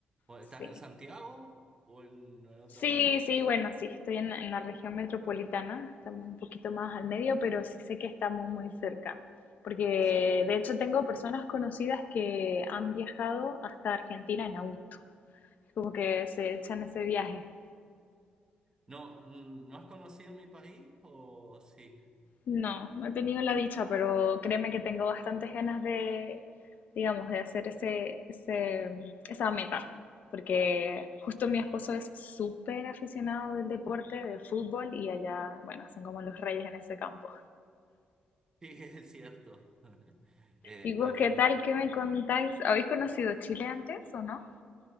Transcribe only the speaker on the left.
Sí.
Sí,
sí, bueno, sí, estoy en, en la región metropolitana, estamos un poquito más al medio, pero sí sé que estamos muy cerca, porque
de hecho tengo personas conocidas que han viajado hasta Argentina en auto, como que se echan ese viaje.
No, no he tenido la dicha, pero créeme que tengo bastantes ganas de, digamos, de hacer ese, ese- mm, esa meta, porque justo mi esposo es súper aficionado del deporte, del fútbol, y allá, bueno, son como los reyes en ese campo.
¿Y vos
qué
tal? ¿Qué me contáis? ¿Habéis conocido Chile antes o no?